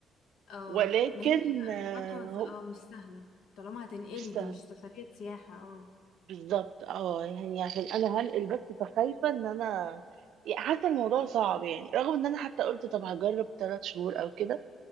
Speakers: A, on the left; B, on the right.
A: اه
B: ولكن
A: ما هي
B: آه،
A: خطوة
B: هو
A: اه مش سهلة طالما هتنقلي
B: مش سهل
A: دي مش سفرية سياحة اه
B: بالظبط اه يعني عشان انا هنقل بس فخايفه ان انا يعني حاسه الموضوع صعب يعني رغم ان انا حتى قلت طب هجرب ثلاث شهور او كده